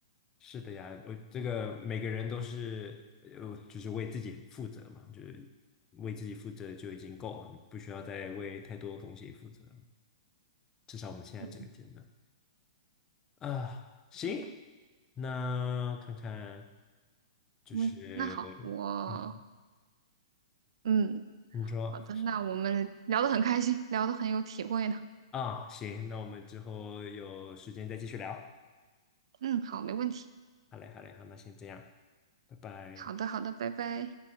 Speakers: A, on the left; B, on the right.
A: 是的呀，我这个每个人都是呃，就是为自己负责嘛，就是为自己负责就已经够了，不需要再为太多东西负责。至少我们现在这个阶段
B: 嗯，
A: 啊，行，
B: 是的，
A: 那看看就是
B: 嗯，那好，我
A: 嗯，
B: 嗯，
A: 你说
B: 好的，那我们聊得很开心，聊得很有体会呢。
A: 啊，行，那我们之后有时间再继续聊。
B: 嗯，好，没问题。
A: 好嘞，好嘞，好，那先这样，拜拜。
B: 好的，好的，拜拜。